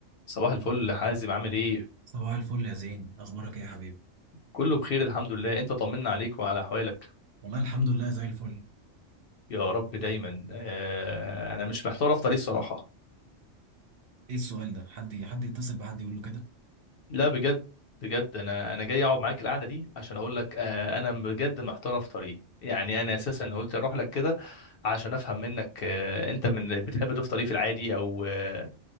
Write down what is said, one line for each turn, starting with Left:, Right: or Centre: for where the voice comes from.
Left: صباح الفل حازم عامل ايه
Right: صباح الفل يا زين اخبارك ايه يا حبيبي
Left: كله بخير الحمد لله انت طمنا عليك وعلى احوالك
Right: والله الحمد لله زي الفل
Left: يا رب دايما آه انا مش محتار افطر ايه الصراحه
Right: ايه السؤال ده حد حد يتصل بحد يقول له كده
Left: لا بجد بجد انا انا جاي اقعد معاك القعده دي عشان اقول لك آه انا بجد محتار افطر ايه يعني انا اساسا قلت اروح لك كده عشان افهم منك آه انت من بتحب تفطر ايه في العادي او آه